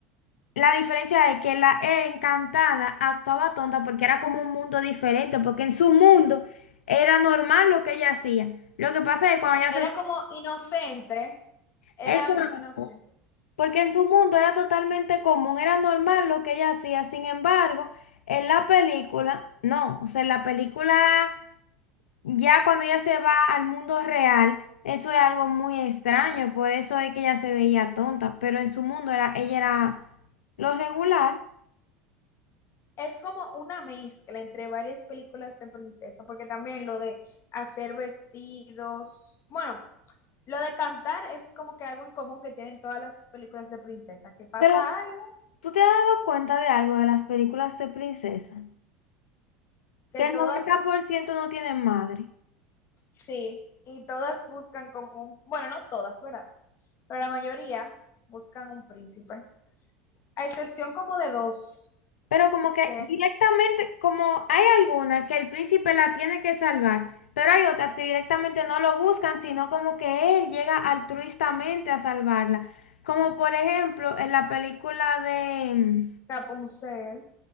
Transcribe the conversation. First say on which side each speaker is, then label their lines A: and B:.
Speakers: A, on the left; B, on the left.
A: La diferencia es que la E encantada actuaba tonta porque era como un mundo diferente, porque en su mundo era normal lo que ella hacía. Lo que pasa es que cuando ella
B: era
A: se...
B: como inocente, era
A: Exacto.
B: inocente.
A: Porque en su mundo era totalmente común, era normal lo que ella hacía. Sin embargo, en la película, no. O sea, en la película, ya cuando ella se va al mundo real, eso es algo muy extraño. Por eso es que ella se veía tonta. Pero en su mundo era, ella era lo regular.
B: Es como una mezcla entre varias películas de princesa, porque también lo de hacer vestidos, bueno. Lo de cantar es como que algo en común que tienen todas las películas de princesa, que pasa
A: Pero
B: algo,
A: ¿Tú te has dado cuenta de algo de las películas de princesa?
B: que
A: Que el
B: todas,
A: noventa por ciento no tienen madre.
B: sí, y todas buscan como, un- bueno, no todas, ¿verdad? Pero la mayoría buscan un príncipe, a excepción como de dos,
A: Pero como que
B: que
A: directamente,
B: es
A: como hay alguna que el príncipe la tiene que salvar, pero hay otras que directamente no lo buscan, sino como que él llega altruistamente a salvarla. Como por ejemplo en la película de...
B: Rapunzel,